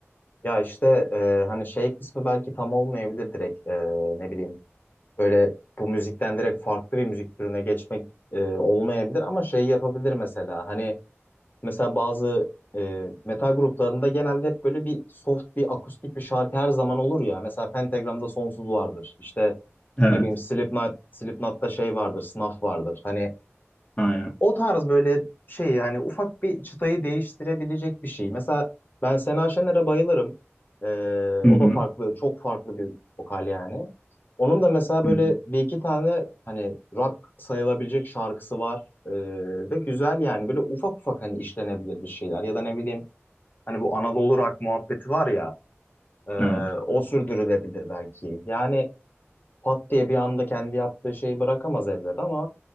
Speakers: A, on the left; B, on the left.
A: Ya işte e, hani şey kısmı belki tam olmayabilir direkt E, ne bileyim böyle bu müzikten direkt farklı bir müzik türüne geçmek e, olmayabilir ama şey yapabilir mesela hani mesela bazı e, metal gruplarında genelde hep böyle bir soft bir akustik bir şarkı her zaman olur ya mesela Pentagram'da Sonsuz vardır işte
B: Evet.
A: ne bileyim Slipknot, Slipknot'ta şey vardır Snuff vardır hani
B: Aynen.
A: O tarz böyle şey yani ufak bir çıtayı değiştirebilecek bir şey. Mesela ben Sena Şener'e bayılırım. Ee,
B: Hı
A: o
B: hı.
A: da farklı, çok farklı bir vokal yani. Onun da mesela böyle
B: Hı hı.
A: bir iki tane hani rock sayılabilecek şarkısı var. Ee, ve güzel yani böyle ufak ufak hani işlenebilir bir şeyler. Ya da ne bileyim hani bu Anadolu rock muhabbeti var ya e,
B: Evet.
A: o sürdürülebilir belki. Yani pat diye bir anda kendi yaptığı şeyi bırakamaz elbet ama